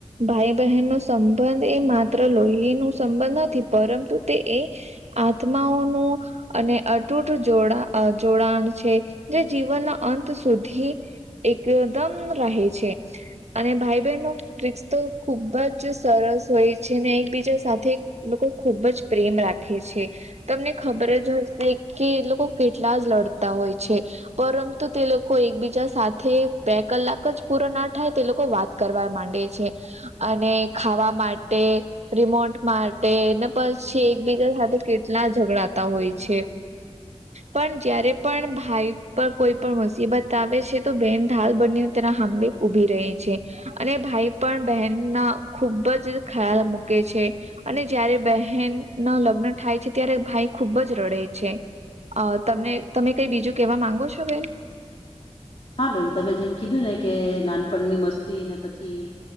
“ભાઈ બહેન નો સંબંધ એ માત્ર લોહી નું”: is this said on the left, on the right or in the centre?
Right